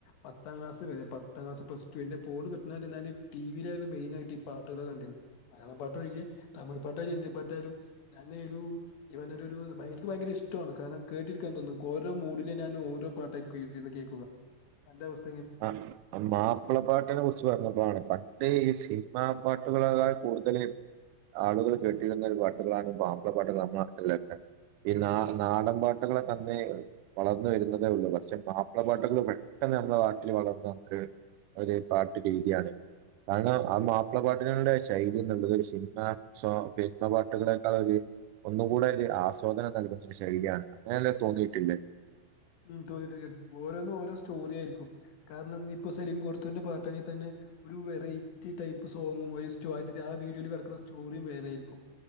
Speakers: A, on the left; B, on the right.
A: പത്താം ക്ലാസ് വരെ പത്താം ക്ലാസ്സ് പ്ലസ് ടു എന്റെ ഫോണ് കിട്ടണ വരെ ഞാന് ടിവിയിലായിരുന്നു മെയിനായിട്ട് ഈ പാട്ടുകൾ കണ്ടി മലയാള പാട്ടോഴ് തമിഴ് പാട്ടായാലും ഹിന്ദി പാട്ടായാലും ഞാന് ഒരു ഈ പറഞ്ഞ ഒരു എനിക്ക് ഭയങ്കര ഇഷ്ടമാണ് കാരണം കേട്ടിരിക്കാൻ തോന്നും ഓരോ മൂഡിലും ഞാൻ ഓരോ പാട്ടായിരിക്കും ഇ ഇത് കേൾക്കുക എന്റെവാസ്ഥ
B: ആഹ് മാപ്പിളപ്പാട്ടിനെ കുറിച്ച് പറഞ്ഞപ്പോഴാണ് പണ്ടേ ഈ സി- നിമ പാട്ടുകളകാൾ കൂടുതല് ആളുകൾ കെട്ടിയിടുന്നൊരു പാട്ടുകളാണ് മാപ്പിള പട്ടുകൾ നമ്മള്ടെ നട്ടില്ലക്കെ ഈ നാ നാടൻ പാട്ടുകളൊക്കെ അന്നെ വളർന്ന് വരുന്നതേ ഉള്ളൂ പക്ഷെ മാപ്പിള പാട്ടുകൾ പെട്ടെ ന്ന് നമ്മളെ നാട്ടിൽ വളർന്ന ഒരു ഒരു പാട്ടു രീതിയാണ് കാരണം ആ മാപ്പിള പാട്ടിനുടെ ശൈലി എന്നുള്ളത് സിനിമ സോങ് സിനിമ പാട്ടുകളെക്കാളോക്കെ ഒരു ഒന്നുകൂടെ ഇത് ആസ്വാദനം നൽകുന്ന ശരിയാണ് അങ്ങനെയല്ലേ തോന്നിയിട്ടില്ലേ
A: ഉം തോന്നിട്ട് ഓരോന്നും ഓരോ സ്റ്റോറിയായിരിക്കും കാരണം ഇപ്പൊ സെലിം കൊടത്തുറിന്റെ പാട്ടാണങ്കിൽ തന്നെ ഒരു വെറൈറ്റി ടൈപ്പ് സോങ്ങും ആ വീഡിയോയിൽ കിടക്കുന്ന സ്റ്റോറിയും വേറെ ആയിരിക്കും